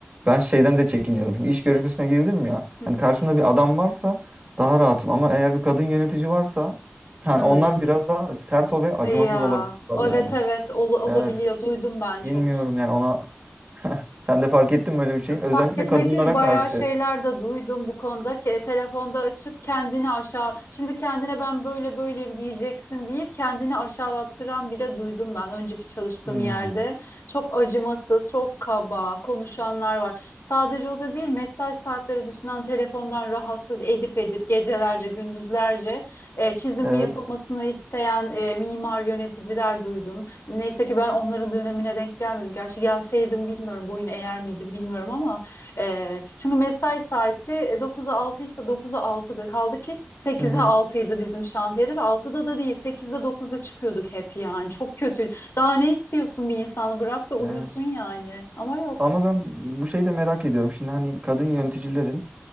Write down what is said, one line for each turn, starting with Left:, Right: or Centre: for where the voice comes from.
Right: Ben şeyden de çekiniyorum. Şimdi iş görüşmesine girdim ya.
Left: Hı
Right: Hani
Left: hı.
Right: karşımda bir adam varsa daha rahatım. Ama eğer bir kadın yönetici varsa yani
Left: hmm.
Right: onlar biraz daha sert o ve acımasız
Left: Ya
Right: olabilirler
Left: evet
Right: yani.
Left: evet ol- olabiliyor.
Right: Evet.
Left: Duydum ben
Right: Bilmiyorum
Left: çok.
Right: yani ona. <laughs> Sen de fark ettin mi öyle bir şey? Özellikle
Left: fark etmek
Right: kadınlara
Left: değil bayağı
Right: karşı.
Left: şeyler de duydum bu konuda ki e, telefonda açıp kendini aşağı şimdi kendine ben böyle böyleyim diyeceksin deyip kendini aşağılattıran bile duydum ben önceki çalıştığım
Right: Hmm.
Left: yerde. Çok acımasız, çok kaba konuşanlar var. Sadece o da değil mesai saatleri dışından telefondan rahatsız edip edip gecelerce gündüzlerce e, çizim
Right: Evet.
Left: yapılmasını isteyen e, mimar yöneticiler duydum. Neyse ki ben onların dönemine denk gelmedim. Gerçi gelseydim bilmiyorum boyun eğer miydim bilmiyorum ama e, çünkü mesai saati e, 9'a 6 ise 9'a 6'dır. Kaldı ki 8'e
Right: Hı hı.
Left: altıydı bizim şantiyede ve altıda da değil sekizde dokuzda çıkıyorduk hep yani. Çok kötü. Daha ne istiyorsun bir insanı bırak da uyusun
Right: Evet.
Left: yani. Ama yok.
Right: Ama ben bu şeyi de merak ediyorum. Şimdi hani kadın yöneticilerin